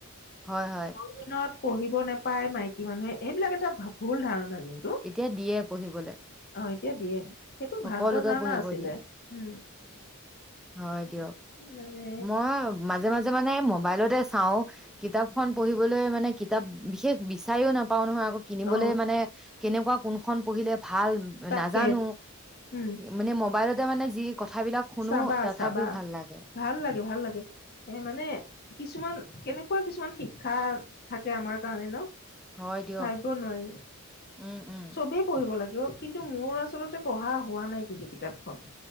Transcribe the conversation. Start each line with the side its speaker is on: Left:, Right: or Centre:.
Centre: হয় হয়
Left: আজি দিনত পঢ়িব নাপাই মাইকী মানুহে সেইবিলাক এটা ভুল ধাৰণা কিন্তু
Centre: এতিয়া দিয়ে পঢ়িবলে
Left: অ এতিয়া দিয়ে সেইটো ভ্ৰান্ত
Centre: সকলোকে
Left: ধাৰণা
Centre: পঢ়িব
Left: আছিলে
Centre: দিয়ে।
Left: উম
Centre: হয় দিয়ক
Left: মানে
Centre: মই মাজে মাজে মানে মোবাইলতে চাওঁ কিতাপখন পঢ়িবলৈ মানে কিতাপ বিশেষ বিছাৰিও নাপাও নহয় কিনিবলৈ
Left: অ
Centre: মানে কেনেকুৱা কোনখন পঢ়িলে ভাল
Left: তাকে
Centre: নাজানো
Left: উম
Centre: মানে মোবাইলতে মানে যি কথাবিলাক শুনো
Left: চাবা
Centre: তথাপিও
Left: চাবা
Centre: ভাল লাগে
Left: ভাল লাগে ভাল লাগে এ মানে কিছুমান কেনেকুৱা কিছুমান শিক্ষা থাকে আমাৰ কাৰণে ন
Centre: হয় দিয়ক
Left: ভাবিবই নোৱাৰি
Centre: উম উম
Left: চবেই পঢ়িব লাগে অ কিন্তু মোৰ আচলতে পঢ়া হোৱা নাই কিন্তু কিতাপখন